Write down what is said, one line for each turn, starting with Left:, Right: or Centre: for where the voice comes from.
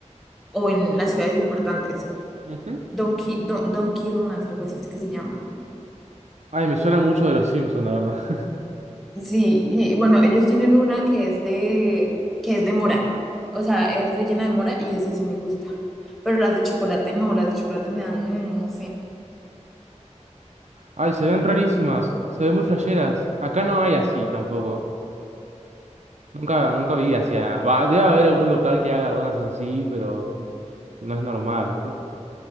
Centre: o en las ciudades importantes.
Right: Ujú.
Centre: Donkey, Don, Donkey Donuts, algo así es que se llama.
Right: Ay, me suena mucho de los Simpsons, la verdad. <laughs>
Centre: Sí, y bueno, ellos tienen una que es de, que es de mora. O sea, es rellena de mora y esa sí me gusta. Pero las de chocolate no, las de chocolate me dan, mm, no sé.
Right: Ay, se ven rarísimas. Se ven muy flasheras. Acá no hay así tampoco. Nunca, nunca vi así. a- Va, debe haber algún local que haga donas así, pero no es normal,